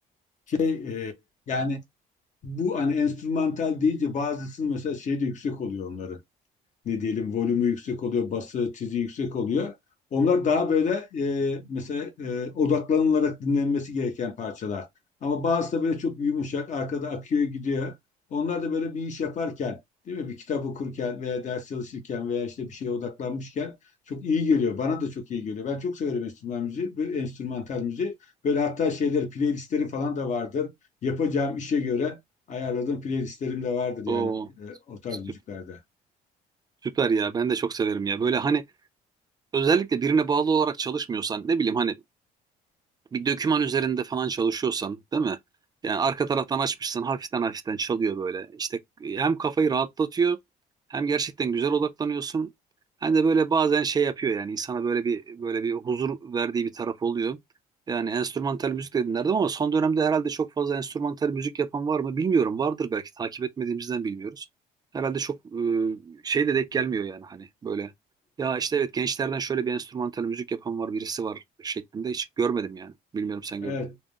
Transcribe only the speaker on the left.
şey e, yani bu hani enstrümantal deyince bazısının mesela şeyi de yüksek oluyor onların ne diyelim volümü yüksek oluyor, bası, tizi yüksek oluyor. Onlar daha böyle e, mesela e, odaklanılarak dinlenmesi gereken parçalar. Ama bazısı da böyle çok yumuşak, arkada akıyor gidiyor. Onlar da böyle bir iş yaparken, değil mi? Bir kitap okurken veya ders çalışırken veya işte bir şeye odaklanmışken çok iyi geliyor. Bana da çok iyi geliyor. Ben çok severim enstrüman müziği, böyle enstrümantal müziği. Böyle hatta şeyler, playlistlerim falan da vardır. Yapacağım işe göre ayarladığım playlistlerim de vardır yani
e, o tarz
müziklerde.
Evet.